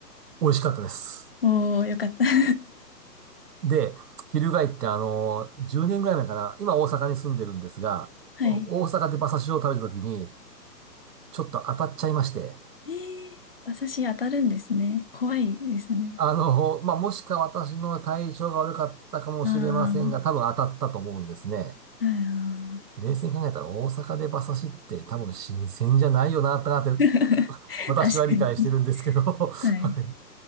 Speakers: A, on the right (about 70°); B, on the left (about 35°).
A: 美味しかったです。
B: おー、良かった。<laughs>
A: で、翻ってあの、10年ぐらい前かな、今大阪に住んでるんですが、
B: はい。
A: お大阪で馬刺しを食べた時に、ちょっと当たっちゃいまして、
B: えー、馬刺し当たるんですね。怖いですね。
A: あの、まあ、もしか私の体調が悪かったかもしれませんが、
B: あー、
A: 多分当たったと思うんですね。
B: あー
A: 冷静に考えたら大阪で馬刺しって多分新鮮じゃないよな、ってなって
B: <laughs>
A: 私は理解してるんですけど、
B: 確かに。
A: <laughs>
B: はい。
A: はい。